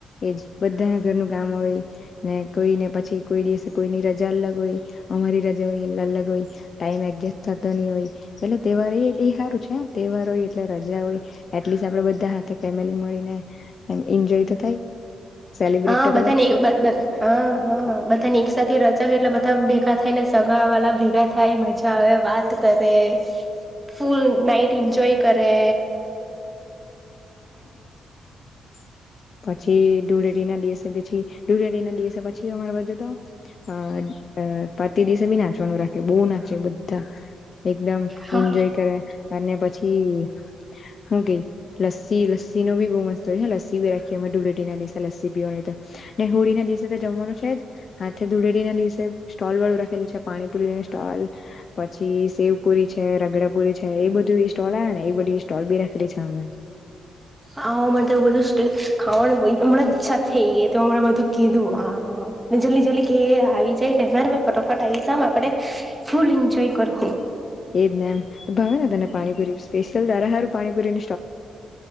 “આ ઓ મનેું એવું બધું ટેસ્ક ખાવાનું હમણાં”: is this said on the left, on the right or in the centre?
Right